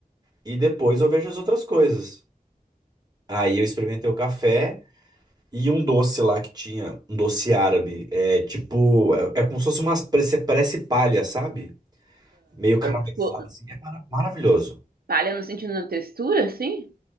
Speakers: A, on the right; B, on the right.
A: e depois eu vejo as outras coisas. Aí eu experimentei o café. E um doce lá que tinha, um doce árabe. É tipo, é, é como se fosse umas, parece, parece palha, sabe? Meio caramelizado
B: Tipo,
A: assim. É mara- maravilhoso.
B: palha no sentido da textura, assim?